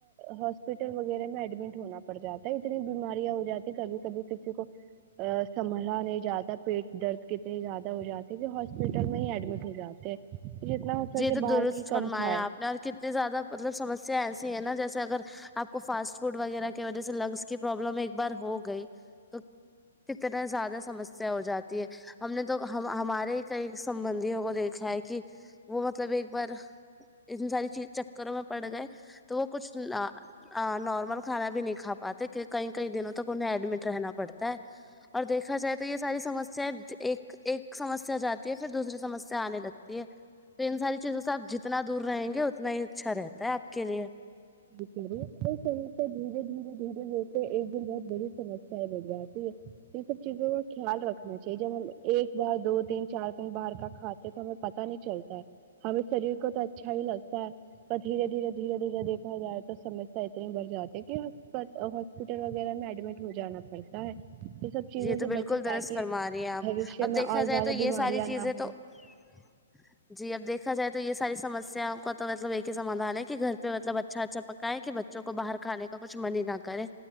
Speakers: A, on the right; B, in the centre.
A: ہاسپٹل وغیرہ ایڈمٹ ہونا پڑ جاتا ہے اتنی بیماریاں ہو جاتی کبھی کبھی کسی کو سنبھا نہیں جاتا پیٹ درد کتنے زیادہ ہو جاتے ہے کہ ہاسپٹل میں ہی ایڈمٹ ہو جاتے ہیں جتنا ہو سکے
B: جی تو
A: باہر
B: درست
A: کی
B: فرمایا
A: کم کھائے
B: آپ نے اور کتنی زیادہ مطلب سمسیا ایسی ہے نا جیسے اگر آپ کو فاسٹ فوڈ وغیرہ کی وجہ سے لنگس کی پرابلم ایک بار ہو گئی تو کتنا زیادہ سمسیا ہو جاتی ہے ہم نے تو ہمارے ہی کئی سبندوں کو دیکھا ہے کہ وہ مطلب ایک بار ا ساری چیز چکروں میں پڑ گئے تو وہ کچھ نارمل کھانا بھی نہیں کا پاتے کئی کئی دنوں تک انہیں ایڈمٹ رہنا پڑتا اور دیکھا جائے تو یہ ساری سمسیایں ایک ایک سمسیا جاتی ہے پھر دوسری سمسیا آنے لگتی ہے تو ان ساری چیزوں سے آپ جتنا دور رہیں گے اتنا ہی اچھا رہتا ہے آپ کے لیے
A: رہی سم دھیرے دھیرے دھیرے دھیرے ایک دن بہت بڑی سمسیا ہے بڑیک ہے ان سب چیزوں کا خیال رکھنا چاہی جبل ایک بار دو تین چار تین بار کا کھاتے ہیں تو ہمیں پتا نہیں چلتا ہے ہمیں شریر کو تو اچھا ہی لگتا ہے پر دھیرے دھیرے دھیرے دھیرے دیکھا جائے تو سمسیا اتنی بڑھ جاتی ہے کہ ہاسپٹل وغیرہ میں ایڈمٹ ہو جانا پڑتا یہ سب چیزوں
B: یہ تو
A: سے
B: بالکل
A: بچے تاکہ
B: درست فرما رہی ہیں آپ
A: بوشیہ
B: اب
A: میں
B: دیکھا
A: اور
B: جائے
A: زیادہ
B: تو یہ
A: بیماریاں
B: ساری
A: نہ ہوں
B: <inaudible> جی اب دیکا جائے تو یہ ساریمسیاں کا تو مطلب یہی کہ سادھان ہے کہ گ پہ مطلب اچھا اچھا پکائے کہ بچوں کو باہر کھان کا کچھ من ہی نہ کرے